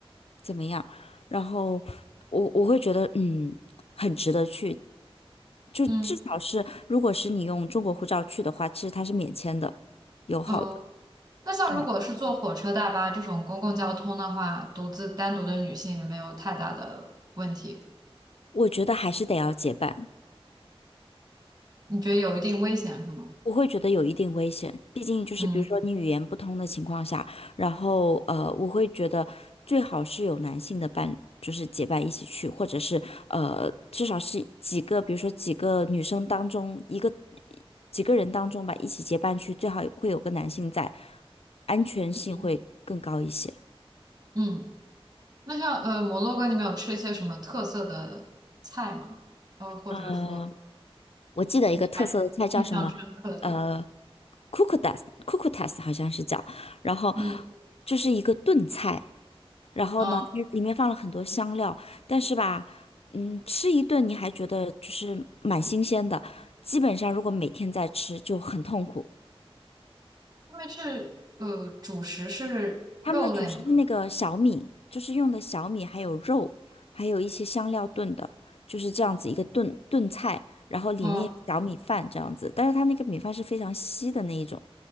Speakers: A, on the left; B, on the right.
A: 怎么样。然后我我会觉得嗯，很值得去，就至少是如果是你用中国护照去的话，
B: 嗯
A: 其实它是免签的，友好的。
B: 呃，那像如果是坐火车、
A: 对，
B: 大巴这种公共交通的话，独自单独的女性也没有太大的问题。
A: 我觉得还是得要结伴。
B: 你觉得有一定危险是吗？
A: 我会觉得有一定危险，毕竟就是比如说你语言不通的情况下，
B: 嗯
A: 然后呃，我会觉得最好是有男性的伴，就是结伴一起去，或者是呃，至少是几个，比如说几个女生当中一个几个人当中吧，一起结伴去，最好会有个男性在，安全性会更高一些。
B: 嗯嗯。那像呃，摩洛哥，你们有吃一些什么特色的菜吗？呃，或者说
A: 呃，我记得一个特色的菜叫什么？
B: 你还印象深刻的？
A: 呃
B: 嗯
A: ，cucutas，cucutas 好像是叫，然后
B: 嗯，
A: 就是一个炖菜。然后呢，
B: 呃
A: 它里面放了很多香料，但是吧，嗯，吃一顿你还觉得就是蛮新鲜的，基本上如果每天在吃就很痛苦。
B: 他们是呃，主食是肉类嘛？
A: 他们的主食是那个小米，就是用的小米，还有肉，还有一些香料炖的，就是这样子一个炖炖菜，然后里面有小米饭这样子，
B: 嗯
A: 但是它那个米饭是非常稀的那一种，